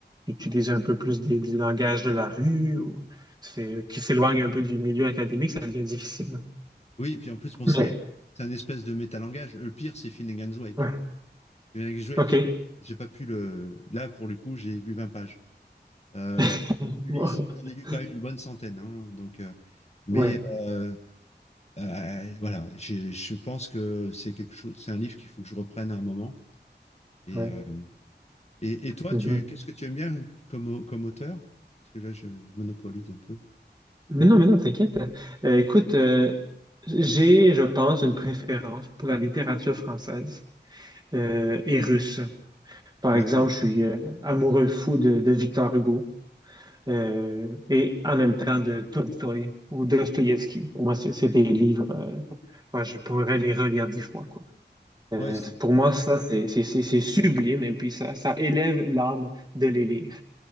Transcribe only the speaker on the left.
Oui, et puis en plus, bon,
c'est c'est un espèce de métalangage. Le pire, c'est Finnegan's Wake.
Finnegan's Wake,
j'ai pas, j'ai pas pu le. Là, pour le coup, j'ai lu 20 pages. Euh,
Ulysse, j'en ai lu quand même une bonne centaine. hein, donc, euh, mais
euh, Euh, voilà, je, je pense que c'est quelque chose, c'est un livre qu'il faut que je reprenne à un moment. Et,
euh, et, et toi,
tu, qu'est-ce que tu aimes bien comme, au- comme auteur? Parce que là, je monopolise un peu.
D'accord.
Ouais, c'est...